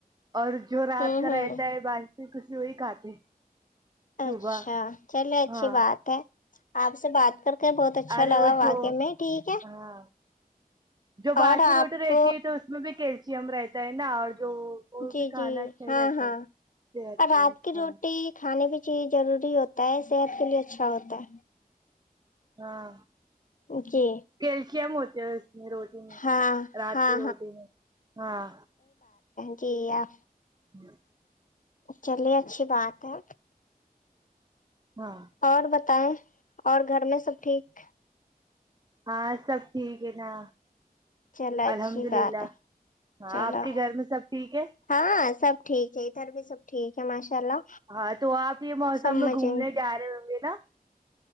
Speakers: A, on the right; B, on the left.
A: اور جو رات
B: ہوں
A: کا
B: ہوں
A: رہتا ہے بق سے کسی وہی کھاتے صبح
B: اچھا چلے اچھی
A: ہاں
B: بات ہے آپ سے بات کر کے بہت اچھا
A: ارے
B: لگا
A: وہ
B: واقع
A: جو
B: میں ٹھیک ہے
A: ہاں جو باسی
B: اور آپ
A: روٹی رہتی ہے تو اس میں بھی کیس م رہتا ہے نا اور جو وہ
B: جی
A: بھی کھانا
B: جی
A: اچھا
B: ہاں
A: ہی رہتا
B: ہاں
A: ہے صحت
B: اور
A: کے
B: رات
A: لیے
B: کی
A: ہاں
B: روٹی کھانے پ چیز ضروری ہوتا ہے صحت کے لیے اچھا ہوتا ہے
A: ہاں
B: جی
A: کیلشم ہوتا پز روزے میں
B: ہاں
A: رات
B: ہاں
A: کے روزے میں ہاں
B: جییا
A: ہاں
B: چلیے اچھی بات ہے
A: ہاں
B: اور بت ہوتا ہے اور گھر میں سب ٹھیک
A: ہاں سب ٹھیک ہے نا
B: چلو
A: الحمد
B: اچھی بات
A: للہ
B: ہے
A: ہاں
B: چلو
A: آپ کے گھر میں سب ٹھیک ہے
B: ہاں سب ٹھیک ہے ادھر بھی سب ٹھیک ہے ماشاء اللہ
A: ہاں تو آپ یہ موسم
B: سمجھ
A: میں گھومنے جا رہے ہوں گے نا